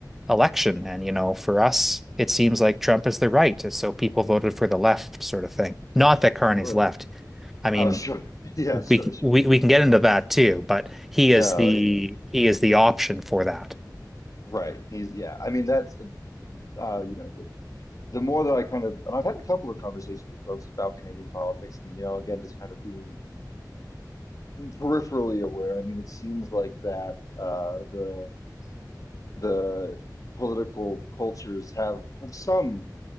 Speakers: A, in the centre; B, on the left (about 50°).
A: election, and you know, for us, it seems like Trump is the right, and so people voted for the left sort of thing. Not that Carney's
B: sure
A: left. I mean,
B: Oh, sure. <laughs> Yeah,
A: we
B: sure, sure,
A: we
B: sure.
A: we can get into that too, but he
B: No,
A: is the
B: yeah,
A: he is the option for that.
B: right. He's yeah. I mean, that's uh, uh, you know, the the more that I kind of, and I've had a couple of conversations with folks about Canadian politics, and you know, again, just kind of being peripherally aware. I mean, it seems like that uh, the the political cultures have have some